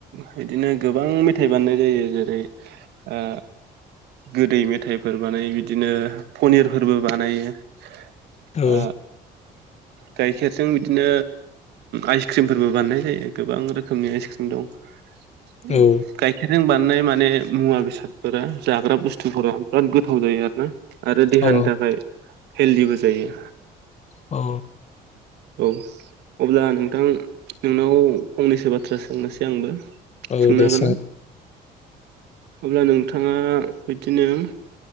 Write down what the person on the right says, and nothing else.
बिदिनो गोबां मेथाइ बानायनाय जायो जेरै ओ गोदै मेथाइफोर बानायो बिदिनो पनिरफोरबो बानायो
आ गाइखेरजों बिदिनो आइसक्रिमफोरबो बानायनाय जायो गोबां रोखोमनि आइसक्रिम दं
गाइखेरजों बानायनाय माने मुवा बेसादफोरा जाग्रा बुस्थुफोरा बिराद गोथाव जायो आरो ना आरो देहानि
थाखाय हेलदिबो जायो
औ अब्ला नोंथां नोंनाव फंनैसो बाथ्रा सोंनोसै आंबो
सोंनो
हागोन
ना अब्ला नोंथाङा बिदिनो